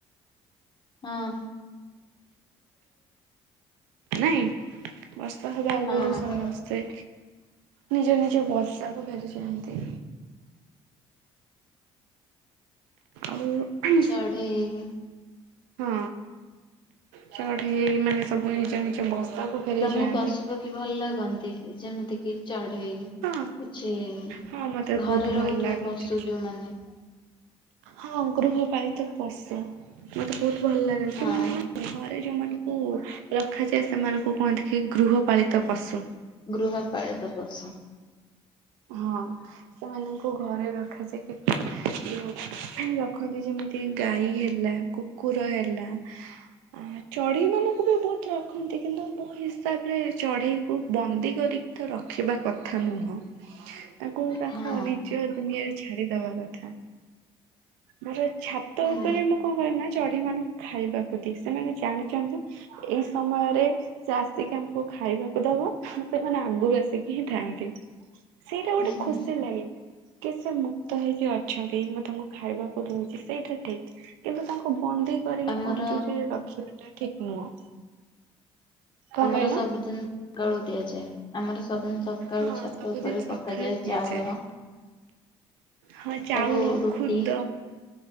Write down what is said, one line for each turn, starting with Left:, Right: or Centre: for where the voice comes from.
Left: ହଁ।
Right: ନାଇଁ, ବର୍ଷା ହବା ଆଗୁରୁ
Left: ହଁ
Right: ସମସ୍ତେ ନିଜ ନିଜ ବସାକୁ ଫେରିଯାଆନ୍ତି। ଆଉ ହୁଁ।
Left: ଚଢ଼େଇ- ଇ
Right: ହଁ, ଚଢେଇ ମାନେ ସବୁ ନିଜ ନିଜ ବସାକୁ ଫେରିଯାଆନ୍ତି।
Left: ତମୁକୁ ପଶୁପକ୍ଷୀ ଭଲ ଲାଗନ୍ତି? ଯେମତି କିି ଚଢେଇ କିଛି-ଇ,
Right: ହଁ ହଁ ମତେ ବହୁତ
Left: ଘରେ
Right: ଭଲ
Left: ରହୁଥିବା
Right: ଲାଗନ୍ତି।
Left: ପଶୁ ଯୋଉମାନେ
Right: ହଁ, ଗୃହପାଳିତ ପଶୁ ମତେ ବହୁତ ଭଲ ଲାଗନ୍ତି।
Left: ହଁ
Right: ମାନେ ମାନେ ଘରେ ଯୋଉମାନଙ୍କୁ ରଖାଯାଏ। ସେମାନଙ୍କୁ କୁହନ୍ତି କି ଗୃହପାଳିତ ପଶୁ।
Left: ଗୃହ ପାଳିତ ପଶୁ।
Right: ହଁ, ସେମାନଙ୍କୁ ଘରେ ରଖାଯାଇ କି, ଜଉ ରଖନ୍ତି ଯେମିତି ତି, ଗାଈ ହେଲା, କୁକୁର ହେଲା ଆ ଚଢ଼େଇମାନଙ୍କୁ ବି ବହୁତ ରଖନ୍ତି, କିନ୍ତୁ ମୋ ହିସାବରେ ଚଢ଼େଇକୁ ବନ୍ଦୀ କରି ତ ରଖିବା କଥା ନୁହଁ। ତାକୁ ତାଖ
Left: ହଁ
Right: ନିଜ ଦୁନିଆରେ ଛାଡିଦବା କଥା। ମୋର ଛାତ
Left: ହୁଁ
Right: ଉପରେ ମୁଁ କଣ କରେନା, ଚଢେଇ ମାନଙ୍କୁ ଖାଇବାକୁ ଦିଏ, ସେମାନେ ଜାଣିଛନ୍ତି। ଏଇ ସମୟରେ ସେ ଆସିକି ଆମକୁ ଖାଇବାକୁ ଦବ। ସେମାନେ ଆଗୁରୁ ଆସିକି ହିଁ ଥାନ୍ତି। ସେଇଟା ଗୋଟେ
Left: ହୁଁ
Right: ଖୁସି ଲାଗେ କି, ସେ ମୁକ୍ତ ହେଇକି ଅଛନ୍ତି। ମୁଁ ତାଙ୍କୁ ଖାଇବାକୁ ଦଉଛି, ସେଇଟା ଠିକ୍ କିନ୍ତୁ ତାଙ୍କୁ ବନ୍ଦୀ କରିକି
Left: ଆମର
Right: ପଞ୍ଜୁରୀରେ ରଖ ସେଇଟା ଠିକ୍ ନୁହଁ। କଣ
Left: ଆମର
Right: କହିଲ?
Left: ସବୁଦିନ ସକାଳୁ ଦିଆଯାଏ। ଆମର ସବୁଦିନ ସକ ସକାଳୁ
Right: ହଁ
Left: ଛାତ
Right: ସବୁଦିନ
Left: ଉପରେ
Right: ସକାଳୁ
Left: ପକାଯାଏ,
Right: ଦିଆଯାଏ।
Left: ଚାଉଳ
Right: ହଁ
Left: ସବୁ
Right: ଚାଉଳ
Left: ରୁଟି
Right: ଖୁଦ